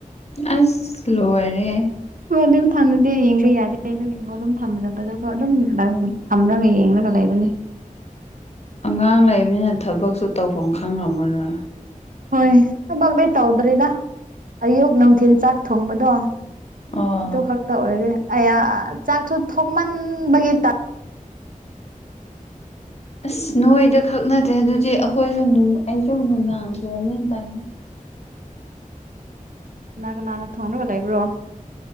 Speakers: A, on the left; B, on the right.
A: ꯑꯁ ꯂꯣꯏꯔꯦꯍꯦ꯫
B: ꯂꯨꯝ ꯊꯝꯅꯗꯦ ꯌꯦꯡꯕ ꯌꯥꯗꯦ ꯑꯗꯨ ꯣꯂꯨꯝ ꯊꯝꯗꯕꯗꯨꯣ ꯑꯗꯨꯝ ꯊꯝꯂꯒ ꯌꯦꯡꯂꯒ ꯂꯩꯕꯅꯦ꯫
A: ꯑꯉꯥꯡ ꯂꯩꯕꯅꯤꯅ ꯊꯕꯛꯁꯨ ꯇꯧꯐꯝ ꯈꯪꯝꯃꯔꯥ
B: ꯍꯣꯏ ꯊꯕꯛꯗꯤ ꯇꯧꯗ꯭ꯔꯔꯤꯗ ꯑꯌꯨꯛ ꯅꯨꯡꯊꯤꯜ ꯆꯥꯛ ꯊꯣꯡꯕꯗꯣ꯫
A: ꯑꯣ
B: ꯑꯗꯨ ꯈꯛꯇ ꯑꯣꯏꯔꯦ ꯑꯌꯥ ꯆꯥꯛꯁꯨ ꯊꯣꯡꯃꯟꯕꯒꯤ꯫
A: ꯑꯁ ꯅꯣꯏꯗ ꯈꯛ ꯅꯠꯇꯦ ꯑꯗꯨꯗꯤ ꯑꯩꯈꯣꯏꯁꯨ ꯑꯩꯁꯨ ꯅꯨꯡꯅꯥꯡꯕꯣꯛꯝꯅꯦꯅ ꯄꯥꯅꯤꯡ
B: ꯀꯅꯥ ꯀꯅꯥꯟꯅ ꯊꯣꯡꯔꯒ ꯂꯩꯕ꯭ꯔꯣ꯫